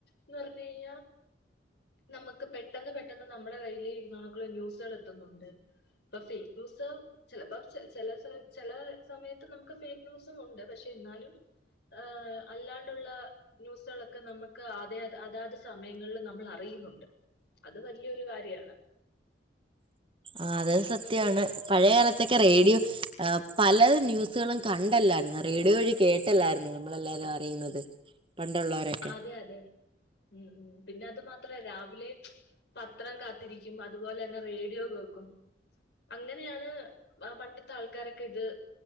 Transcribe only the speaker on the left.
ന്ന് പർഞ്ഞയ്ഞ്ഞാ നമ്മക്ക് പെട്ടെന്ന് പെട്ടെന്ന് നമ്മടെ കയ്യില് നമ്ക്ക് ന്യൂസ്കളെത്ത്ന്നുണ്ട് ഇപ്പ ഫെയ്ക്ക് ന്യൂസ്കള് ചെലപ്പോ ച ചെല സ ചെല സമയത്ത് നമുക്ക് ഫെയ്ക്ക് ന്യൂസും ഉണ്ട് പക്ഷെ എന്നാലും ആഹ് അല്ലാണ്ടുള്ളാ ന്യൂസ്കളൊക്കെ നമ്ക്ക് അതെ അതാത് സമയങ്ങൾല് നമ്മളറിയ്ന്നുണ്ട് അത് വല്ല്യയൊരു കാര്യണ്
അതെ അതെ ഉ ഉ പിന്നെ അത് മാത്ര രാവിലെ പത്രം കാത്തിരിക്കും അതുപോലെ ന്നെ റേഡിയോ കേക്കും അങ്ങനെയാണ് ആ പണ്ടത്തെ ആൾക്കാരൊക്കെ ഇത്